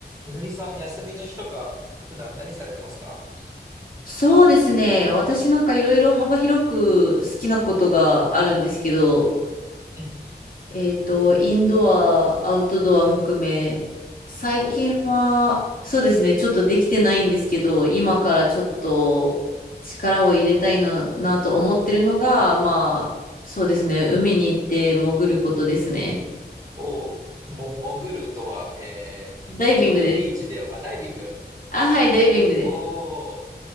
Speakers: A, on the right; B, on the left.
A: みのりさん、休みの日とか、普段何されてますか
B: そうですね。私なんかいろいろ幅広く好きなことがあるんですけど、
A: うん。
B: えっと、インドア、アウトドア含め、最近は、
A: おう
B: そうですね、ちょっとできてないんですけど、今からちょっと力を入れたいななと思ってるのが、まあ、そうですね、海に行って潜ることですね。
A: おう、も、潜るとは、えー、
B: ダイビングです。
A: 普通のビーチで、あ、ダイビング。
B: あ、はい、ダイビングです。
A: おお、